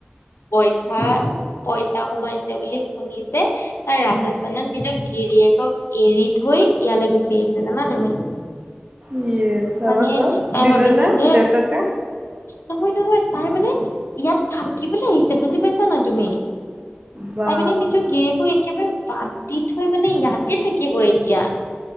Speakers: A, on the left; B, on the right.
A: পইচা-পইচা সোমাইছে বুলি শুনি যে তাই ৰাজস্থানত
B: হম।
A: নিজক গিৰিয়েকক এৰি থৈ ইয়ালে গুচি আহিছে জানা তুমি?
B: ইয়ে তাৰপাছত
A: মানে তাই
B: দিলে
A: ভাবিছে
B: নে
A: যে
B: দেউতাকে?
A: নহয় নহয় তাই মানে ইয়াত থাকিবলৈ আহিছে বুজি পাইছা নাই তুমি?
B: বা
A: তাই মানে নিজৰ গিৰিয়েকক একেবাৰে বাদ দি থৈ মানে ইয়াতে থাকিব এতিয়া।